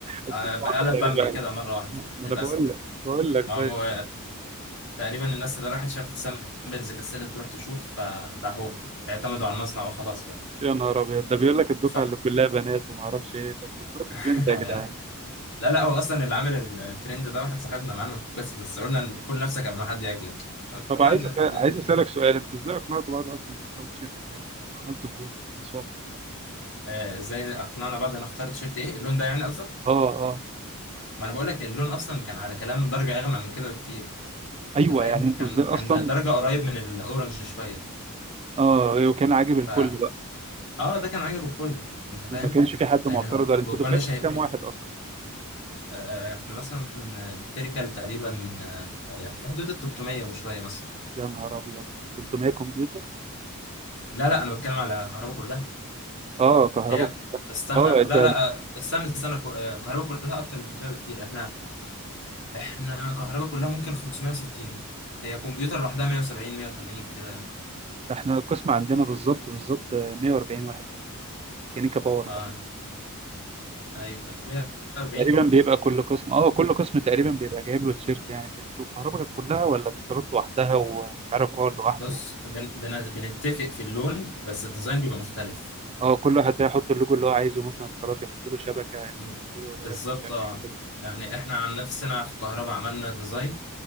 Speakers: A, on the right; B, on the left.
A: الطباعه
B: آه، قلب
A: تقريبا
B: بامبي كده مره واحده
A: ما
B: للاسف
A: انا بقول لك بقول لك
B: ما هو
A: طيب
B: تقريبا الناس اللي راحت شافت سامبلز كسلت تروح تشوف فراحوا اعتمدوا على المصنع وخلاص بقى
A: يا نهار ابيض ده بيقول لك الدفعه
B: صح
A: اللي كلها بنات وما اعرفش ايه طب انتوا طلعتوا
B: <laughs>
A: ترند يا جدعان
B: لا لا هو اصلا اللي عامل الترند ده واحد صاحبنا معانا بس بس قلنا إن كل نفسك قبل ما حد ياكلك طب
A: طب
B: ن-
A: عايز أسأل...
B: ن- ن-
A: عايز اسالك سؤال انتوا ازاي اقنعتوا بعض اصلا تختاروا تيشيرت زي كده او عملتوا فوت والناس وافقت ولا ايه
B: آه، ازاي اقنعنا بعض نختار تيشيرت ايه اللون ده يعني قصدك
A: اه اه
B: ما انا بقول لك اللون اصلا كان على كلام درجه اغمق من كده بكتير
A: ايوه
B: انت فاهم
A: يعني انتوا
B: كان
A: ازاي
B: كان
A: اصلا
B: درجه قريب من الاورنج شويه
A: اه وكان عاجب الكل
B: ف
A: بقى
B: اه ده كان عاجب الكل انت فاهم
A: ما كانش في حد
B: يعني
A: معترض ولا انتوا
B: وكنا
A: دفعتوا
B: شايف
A: كام واحد اصلا
B: آه، احنا مثلا التركل تقريبا آه، في حدود ال 300 وشويه مثلا
A: يا نهار ابيض 300 كمبيوتر
B: لا لا انا بتكلم على الكهرباء كلها
A: اه كهرباء
B: هي استنى
A: اه
B: لا
A: ده
B: لا
A: ده
B: آه، استنى استنى ك- آه، الكهرباء كلها اكتر من 300 بكتير احنا احنا كهرباء كلها ممكن 560 هي كمبيوتر لوحدها 170 180 كده يعني.
A: احنا القسم عندنا بالظبط بالظبط آه، 140 واحد بس ميكانيكا باور
B: اه
A: بس
B: ايوه 140
A: تقريبا بيبقى كل قسم اه كل قسم تقريبا بيبقى جايب له تيشيرت يعني انتوا الكهرباء كانت كلها ولا اتصالات لوحدها ومش عارف باور لوحده
B: بص بن بن بنتفق في اللون بس الديزاين بيبقى مختلف
A: اه كل واحد بقى يحط اللوجو اللي هو عايزه مثلا اتصالات يحط له شبكه انت
B: م-
A: تحط له
B: بالظبط
A: لاب مش عارف
B: اه
A: ايه كده
B: يعني احنا عن نفسنا في كهرباء عملنا ديزاين